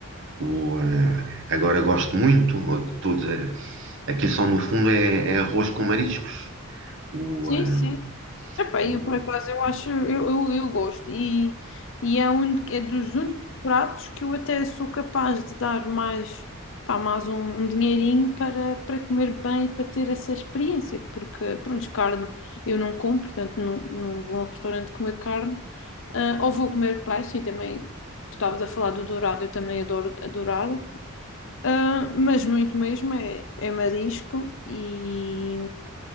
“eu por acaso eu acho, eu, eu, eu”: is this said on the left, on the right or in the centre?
Left